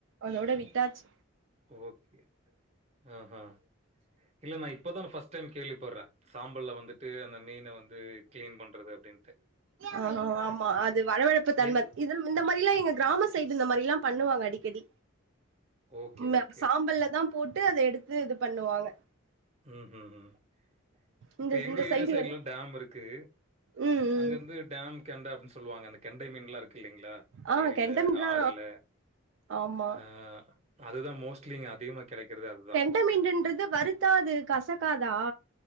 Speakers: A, on the right; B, on the right.
A: அதோட விட்டாச்சி
B: ஓகே ஆ ஹா இல்ல நா இப்போதான ஃபர்ஸ்ட் டைம் கேள்வி பட்றே சாம்பல்ல வந்துட்டு அந்த மீன வந்து கிளீன் பண்றது அப்டின்ட்டு
A: ஆ ஹா ஆமா அது வழவழப்பு தன்ம
B: என்
A: இதல் இந்த மாரிலா எங்க கிராம சைடு இந்த மாரில்லா பண்ணுவாங்க அடிக்கடி
B: ஓகே,
A: இந்த
B: ஓகே.
A: சாம்பல்லதா போட்டு அத எடுத்து இது பண்ணுவாங்க.
B: ம் ம் ம்
A: இந்த
B: இப்ப எப் எங்க
A: இந்த
B: ஏரியா
A: சைடு
B: சைட்லா
A: எல்
B: டேம் இருக்கு
A: ம் ம்
B: அங்க இருந்து டேம் கெண்ட அப்டின்னு சொல்லுவாங்க அந்த கெண்டை மீன்லா இருக்கு இல்லைங்ளா
A: ஆ
B: ஏரில
A: கெண்ட மீன்லா
B: ஆறுல
A: ஆமா
B: ஆ அதுதா மோஸ்ட்லி இங்க அதிகமா கெடைக்கிறது அதுதா
A: டை மீன் இன்றது வருத்தா அது கசகாதா